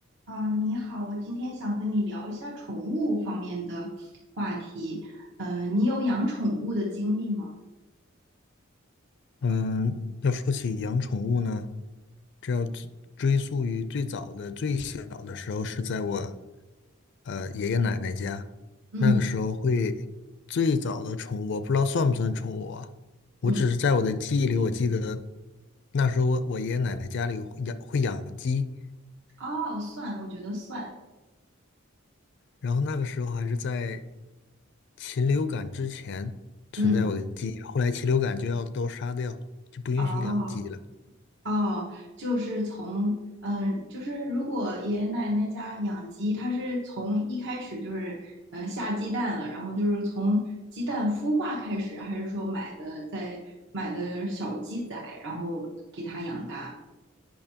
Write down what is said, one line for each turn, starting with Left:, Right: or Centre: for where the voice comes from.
Right: 啊，你好，我今天想和你聊一下宠物方面的话题。呃，你有养宠物的经历吗？
Left: 嗯，要说起养宠物呢，这要追追溯于最早的、最小的时候，是在我呃爷爷奶奶家。
Right: 嗯
Left: 那个时候会最早的宠物，我不知道算不算宠物啊？我只是在我的记忆里，
Right: 嗯，
Left: 我记得那时候我我爷爷奶奶家里会养会养鸡，
Right: 哦，算，我觉得算。
Left: 然后那个时候还是在禽流感之前存在我的记忆，
Right: 嗯，
Left: 后来禽流感就要都杀掉，就不允许养鸡了。
Right: 哦哦，就是从嗯、呃就是如果爷爷奶奶家养鸡，它是从一开始就是嗯呃下鸡蛋了，然后就是从鸡蛋孵化开始，还是说买的在买的小鸡仔，然后给它养大？